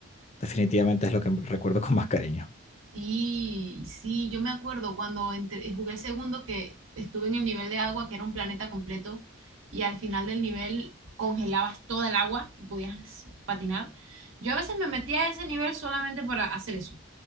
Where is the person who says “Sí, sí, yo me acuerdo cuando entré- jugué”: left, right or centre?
Right